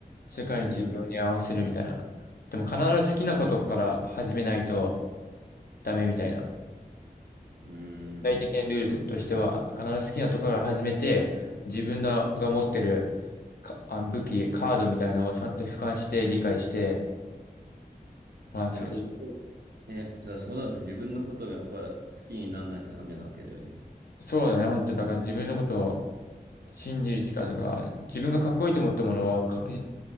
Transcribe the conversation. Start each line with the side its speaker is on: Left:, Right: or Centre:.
Left: 世界の需要に合わせるみたいな。
Right: うん。
Left: でも必ず好きなことから始めないとダメみたいな。具
Right: うん
Left: 体的なルールとしては、必ず好きなところから始めて、自分のが持ってるかあ武器、カードみたいなのをちゃんと俯瞰して理解して、まあ、
Right: だからそこ、
Left: それ、
Right: ね、じゃあそうなると自分のことをやっぱ好きにならないとダメなわけだよね。
Left: そうだね、本当だから自分のことを信じる力とか、自分がかっこいいと思ったものを確実、